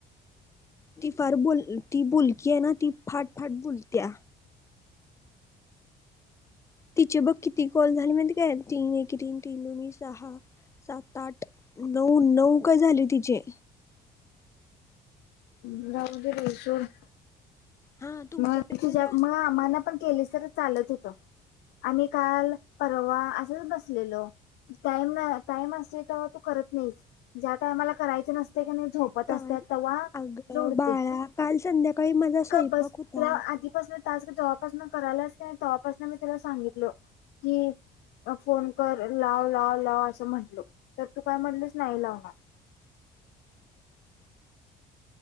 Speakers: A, on the left (about 15°); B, on the left (about 80°).
A: ती फार बुल ती बोलकी आहे ना ती. फाट फाट बोलत्या. तिचे बघ किती कॉल झाले माहिती आहे काय तीन एके तीन तीन दोनी सहा. सात आठ नऊ नऊ कॉल झाले तिचे.
B: हम्म, राहूदे बाई सोड.
A: हा तुमच्यापेक्षा
B: मग तुझ्या
A: जास्त
B: म
A: झालेत.
B: आम्हाना पण केलीसं तर चालत होत आम्ही काल परवा असचं बसलेलो टाइम नाही टाइम असतोय तेव्हा तू करत नाहीस ज्या टाइमा मला करायचं नसतंय कनी झोपत
A: काल
B: असत्या तवा
A: अग
B: जोडते
A: बाळा काल संध्याकाळी माझा स्वयंपाक
B: गप्प बस
A: होता
B: तू आधीपासन टास्क जव्हापासन कराल्यास कि नाही तवापासन मी तुला सांगितलो की फोन कर लाव लाव लाव असं म्हटलो तर तू काय म्हंटलीस नाही लावणार
A: <inaudible>